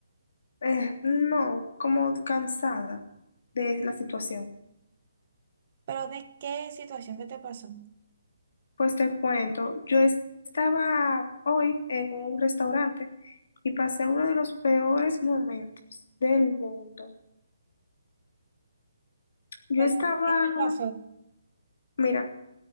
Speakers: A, on the left (about 55°); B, on the right (about 35°).
A: eh, no, como cansada de la situación.
B: ¿Pero de qué situación? ¿Qué te pasó?
A: Pues te cuento, yo es- estaba hoy en un restaurante y pasé uno de los peores momentos del mundo. Yo
B: ¿Pero
A: estaba,
B: qué te pasó?
A: mira.